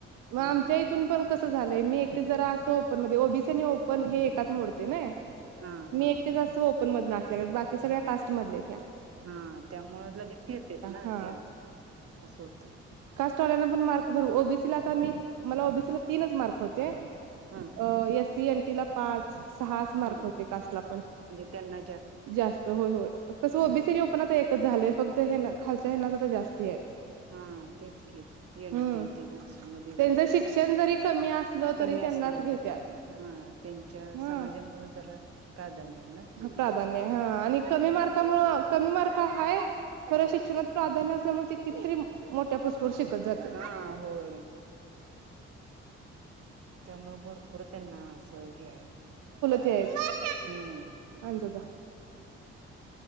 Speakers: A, on the right (about 60°); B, on the right (about 40°).
A: मग
B: हम्म
A: आमच्या इथून पण कसं झालंय, मी एकटे जरा असं. ओ ओबीसी आणि ओपन हे एकात मोडतयं ना,
B: हा
A: मी
B: हा
A: एकट ओपन मध्ये. बाकी सगळ्या कास्ट मधल्या आहेत्या. म्हयात
B: हा त्यामुळं लगेच घेतेत ना...
A: हा
B: त्या असं होतं.
A: कास्टवाल्यान पण मार्क भरव.. ओबीसीला तर मी मला ओबीसीला तीनच मार्क होते.
B: हा
A: अ... ए. C., N. टी. ला -पाच सहाच
B: हा
A: मार्क होते. कास्ट ला पण,
B: म्हणजे त्यांना
A: जास्त होय.. होय.. कसं ओबीसी
B: ह
A: आणी ओपन आता एकच झालंय. फक्त हेना खालच्या हेनात आता जास्त आहे.
B: हा तेच की एन.
A: हम्म
B: टी ते आशा मध्ये
A: त्यांचं
B: जरा जास्त
A: शिक्षण जरी कमी असलं
B: कमी
A: तरी त्यांनाच
B: असलं
A: घेत्यात
B: तरी, हा त्यांच्या
A: ह
B: समाजामुळे जरा. प्राधान्य आहे ना त्यांना
A: प्राधान्य हा आणि कमी मार्कामुळे कमी मार्क का हाय, खर शिक्षणात प्राधान्य असल्यामुळे किती तरी मोठ्या पोस्ट स्ट वर शिकत जात्यात.
B: हा होय त्यामुळं भरपूर त्यांना असं हे आहे,
A: तेच,
B: हम्म
A: ज जा